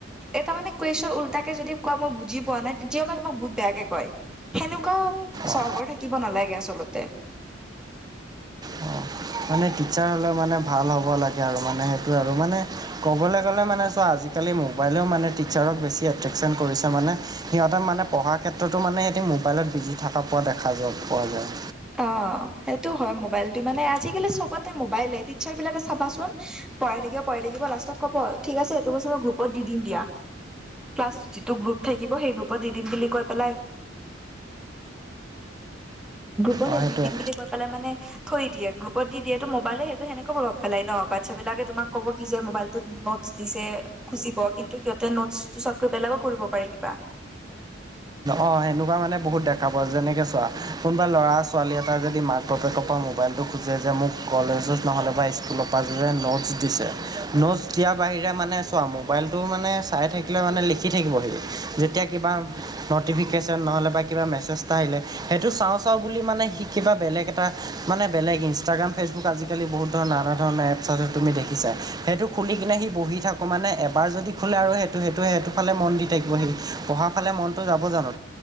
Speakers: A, in the centre; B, on the right.
A: এটা মানে কুৱেশ্যন উল্টাকে যদি কোৱা মই বুজি পোৱা নাই তেতিয়া মানে তোমাক বহুত বেয়াকে কয় সেনেকুৱা স্বভাৱৰ
B: অঁ
A: থাকিব নালাগে আচলতে।
B: অ', মানে টিচাৰ হ'লে মানে ভাল হ'ব লাগে আৰু মানে সেইটো আৰু মানে ক'বলৈ গ'লে মানে চোৱা আজি আজিকালি মোবাইলেও মানে টিচাৰক বেছি এট্ৰেকশচন কৰি মানে সিহতে মানে পঢ়াৰ ক্ষেত্ৰতো মানে সিহঁতি মোবাইলত বিজি থকা পোৱা দেখা পোৱা যায়।
A: অ সেইটো হয় মোবাইলটো মানে আজিকালি চবতে মোবাইলে টিচাৰ বিলাকে চাবাচোন পঢ়াই থাকিব পঢ়াই থাকিব লাষ্টত ক'ব ঠিক আছে এইটো বস্তু মই গ্ৰুপত দি দিম দিয়া ক্লাছ যিটো গ্ৰুপ থাকিব সেই গ্ৰুপত দি দিম বুলি কৈ পেলাই গ্ৰুপৰ
B: অ',
A: সেই
B: সেইটোৱে
A: দি দিম বুলি কৈ পেলাই মানে থৈ দিয়ে গ্ৰুপত দি দিয়ে। ত মবাইলে সেইটো সেনেকে প্ৰভাৱ পাই ন? বাচ্ছা বিলাকে তোমাক ক'ব কি যে মোবাইল নটছ দিছে খুজিব কিন্তু সিহঁতে নোটছটো পিচত গৈ বেলেগো কৰিব পাৰে কিবা
B: অঁ সেনেকুৱা মানে বহুত দেখা পাৱা যায় যেনেকে চোৱা কোনোবা ল'ৰা- ছোৱালী এটা যদি মাক বাপেকৰ পৰা মোবাইলটো খোজে যে মোক কলেজত নহ'লে বা স্কুলৰ পা যে নটছ দিছে, নোটছ দিয়াৰ বাহিৰে মানে চোৱা মোবাইলটো মানে চাই থাকি লে মানে লিখি থাকিব সি, যেতিয়া কিবা নটিফিকেশ্যন নহ'লে বা কিবা মেছেজ এটা আহিলে সেইটো চাওঁ চাওঁ বুলি মানে সি কিবা বেলেগ এটা এ মানে বেলেগ ইনষ্টাগ্ৰাম ফেচবুক আজিকালি বহুত ধৰণৰ নানা ধৰণৰ এপছ আছে তুমি দেখিছা সেইটো খুলি কিনে সি বহি থাকঁ মানে এবাৰ যদি খোলে আৰু সেইটো -সেইটো -সেইটো ফালে মন দি থাকিব সি, পঢ়া ফালে মনটো যাব জানো?